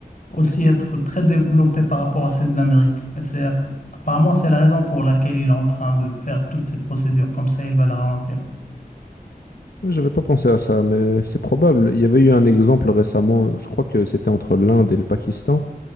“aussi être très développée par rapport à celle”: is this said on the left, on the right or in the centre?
Left